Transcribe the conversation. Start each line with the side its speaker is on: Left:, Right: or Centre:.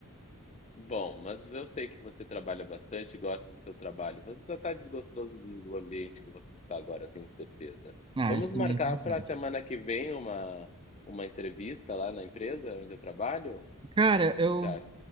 Left: Bom, mas eu sei que você trabalha bastante, gosta do seu trabalho. Você só está desgostoso do do ambiente que você está agora, eu tenho certeza.
Right: Ah,
Left: Vamos
Right: isso também
Left: marcar
Right: é verdade.
Left: para a semana que vem uma, uma entrevista lá na empresa onde eu trabalho? O
Right: Cara, eu.
Left: que você acha?